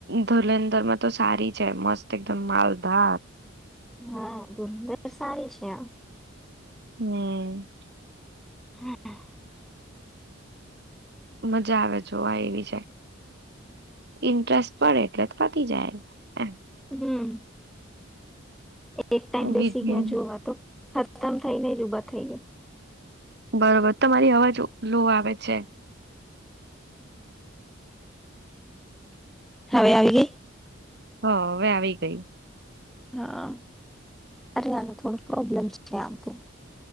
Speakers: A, on the right; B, in the centre.
A: ધલંધરમાં તો સારી છે મસ્ત એકદમ માલધાર.
B: હા ધધર સારી છે આ.
A: હમ.
B: હમ.
A: મજા આવે જોવા એવી જ, ઇન્ટરેસ્ટ પડે એટલે થતી જાય એમ એમ.
B: હમ. એક ટાઈમ બેસી
A: બીજી
B: ગયા જોવા તો ખતમ થઈ ને જ ઉભા થઈ ગયા.
A: બરોબર તમારી અવાજ લો આવે છે.
B: હવે આવી ગઈ.
A: હ હવે આવી ગય.
B: હા અરે આનો થોડો પ્રોબ્લેમ્ છે આમ તો.